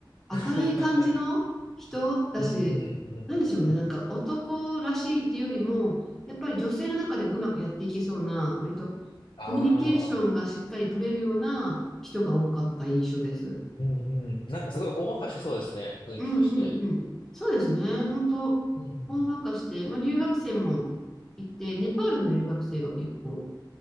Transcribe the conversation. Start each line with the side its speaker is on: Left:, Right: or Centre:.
Left: <laughs>
Centre: 明るい感じの人だし、
Left: うん、うん、うん。
Centre: なんでしょうね、なんか男らしいっていうよりも、やっぱり女性の中でもうまくやっていけそうな、割とコミュニケーションがしっかり取れるような人が多かった印象です。
Left: ああ、うん、うん。なんかすごいほんわかしてそうですね。雰囲気として。
Centre: うんうんうん。そうですね。本当、
Left: うん、
Centre: ほんわかして、
Left: うん。
Centre: まあ、留学生もいて、ネパールの留学生が結構